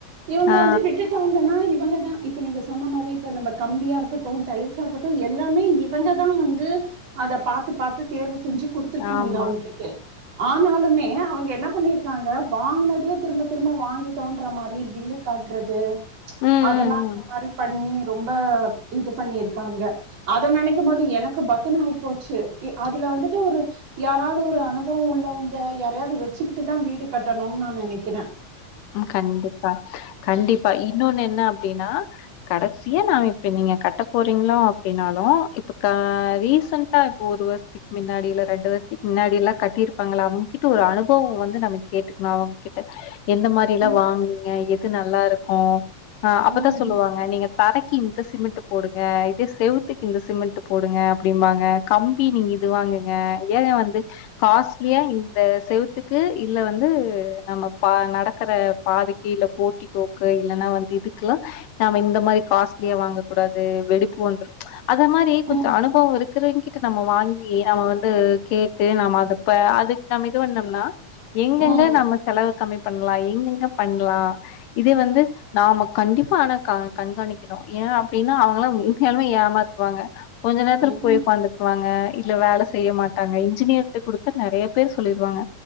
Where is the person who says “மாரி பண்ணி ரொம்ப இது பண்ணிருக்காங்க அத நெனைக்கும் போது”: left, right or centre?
Right